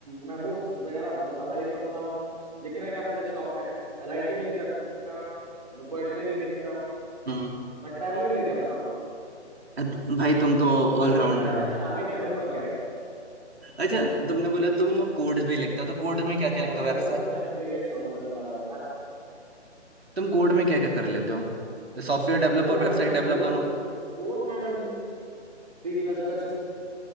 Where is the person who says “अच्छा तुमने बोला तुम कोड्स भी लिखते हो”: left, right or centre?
Right